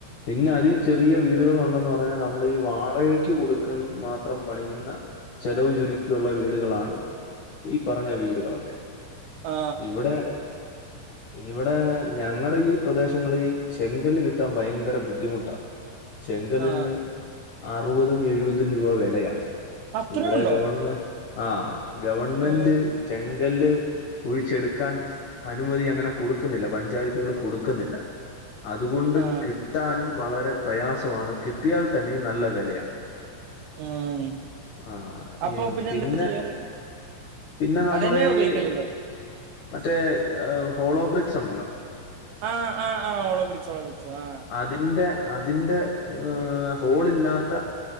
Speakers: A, on the left (about 70°); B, on the right (about 80°).
A: പിന്നെ അതിൽ ചെറിയ വീടുകൾ പിന്നെ അതി ചെറിയ വീടുകളുണ്ടെന്ന് പറഞ്ഞാ നമ്മളി വാടകക്ക് കൊടുക്കുന്ന മാത്രം പണിയുന്ന ചെലവു ചുരുക്കിയുള്ള വീടുകളാണ് ഈ പറയുന്ന വീടുകളൊക്കെ.
B: ആ
A: ഇവടെ ഇവടെ ഞങ്ങള്ടെ ഈ പ്രദേശങ്ങള് ഈ ചെങ്കല്ല് കിട്ടാൻ ഭയങ്കര ബുദ്ധിമുട്ടാ ചെങ്കല്ലിന്
B: ആ
A: അറുവതും എഴുപതും രൂപാ വെലയാ
B: അത്രേ
A: ഇവടെ
B: ഉണ്ടോ
A: ഗവൺമെ ആഹ് ഗവൺമെന്റ്
B: ഓ
A: ചെങ്കല്ല് കുഴിച്ചെട്ക്കാൻ അനുമതി അങ്ങനെ കൊടുക്കുന്നില്ല പഞ്ചായത്തുക്കള് കൊടുക്ക്ന്നില്ല അതുകൊണ്ട്
B: ആ
A: കിട്ടാനും വളരെ പ്രയാസവാണ് കിട്ടിയാൽ തന്നെ നല്ല വെലയാ
B: ഉം
A: ആഹ്‌
B: അപ്പൊ
A: ഈ പിന്നെ
B: എന്താ ചെയ്യാറ്
A: പിന്നെ നമ്മടെ
B: അതന്നെയാ ഉപയോഗിക്കലല്ലേ
A: ഈ മറ്റേ ഏഹ് ഹോളോ ബ്രിക്സുണ്ടല്ലോ
B: ആഹ് ആഹ് ആഹ് ഹോളോബ്രിക്സ് ഹോളോബ്രിക്സ് ആഹ്
A: തിന്റെ അതിന്റെ ഏഹ് ഹോളില്ലാത്ത